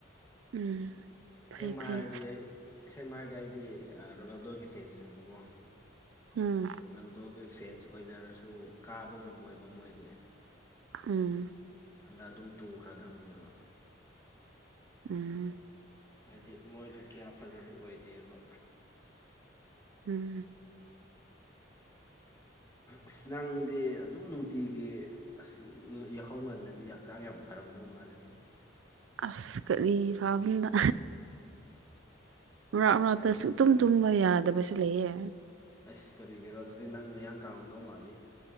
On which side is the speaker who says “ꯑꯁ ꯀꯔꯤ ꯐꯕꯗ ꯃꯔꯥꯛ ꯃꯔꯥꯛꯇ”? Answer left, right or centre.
Right